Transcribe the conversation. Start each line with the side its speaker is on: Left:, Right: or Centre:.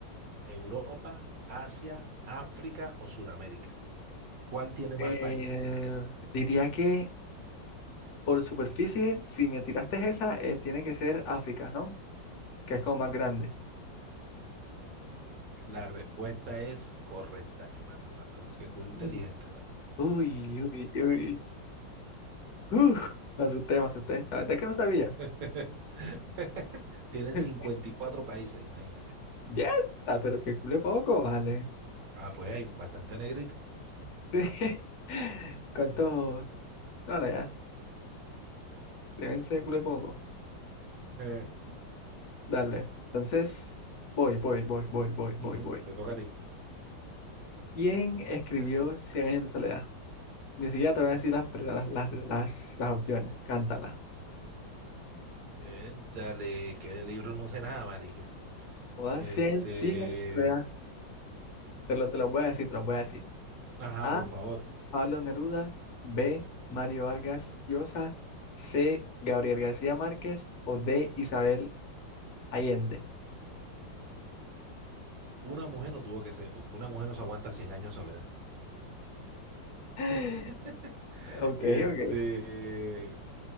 Right: Europa, Asia, África o Sudamérica? ¿Cuál tiene más
Left: Eh,
Right: países?
Left: diría que Por superficie, si me tiraste esa, eh, tiene que ser África, ¿no? Que es como más grande.
Right: La respuesta es correcta, mi hermano. No, tú eres que culo inteligente,
Left: Mm.
Right: ¿vale?
Left: Uy, uy, uy. Uf, me asusté, me asusté. La verdad es que no sabía.
Right: <laughs> Tienen
Left: <laughs>
Right: 54 países, imagínate.
Left: Ya, está, pero que cule poco, vale.
Right: Ah, pues hay bastante negrito.
Left: <laughs> Sí. ¿Cuántos? No, no, ya. Deben ser cule poco.
Right: Eh,
Left: Dale. Entonces, voy, voy, voy, voy, voy, voy,
Right: ujú,
Left: voy.
Right: te toca a ti.
Left: ¿Quién escribió Cien años de soledad? Ni siquiera te voy a decir las, pre- las, las, las, las opciones. Cántala.
Right: Eh, dale, que de libros no sé nada, marica.
Left: Todas,
Right: Este,
Left: Cien, Cien años de soledad. Te lo, te lo voy a decir, te lo voy a decir.
Right: ajá,
Left: A.
Right: por favor.
Left: Pablo Neruda. B. Mario Vargas Llosa. C. Gabriel García Márquez. O D. Isabel Allende. <gasps>
Right: Una mujer no tuvo que ser, porque una mujer no se aguanta 100 años de soledad.
Left: <laughs>
Right: <laughs>
Left: Ok,
Right: Este,
Left: ok.